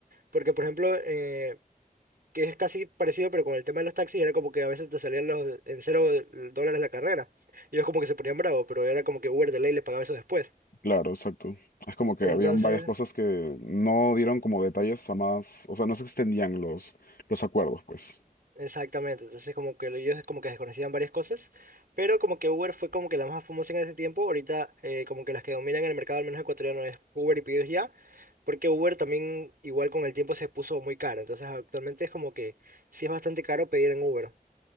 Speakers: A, on the right; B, on the left.
A: Porque, por ejemplo, eh, que es casi parecido, pero con el tema de los taxis era como que a veces te salían los, en cero dólares la carrera. Y ellos como que se ponían bravos, pero era como que Uber de ley les pagaba eso después.
B: Claro, exacto. Es como que
A: Entonces,
B: habían varias cosas que no dieron como detalles a más, o sea, no se extendían los, los acuerdos, pues.
A: exactamente, entonces como que ellos como que desconocían varias cosas, pero como que Uber fue como que la más famosa en ese tiempo, ahorita eh, como que las que dominan el mercado, al menos ecuatoriano, es Uber y Pedidos Ya, porque Uber también igual con el tiempo se puso muy caro, entonces actualmente es como que sí es bastante caro pedir en Uber.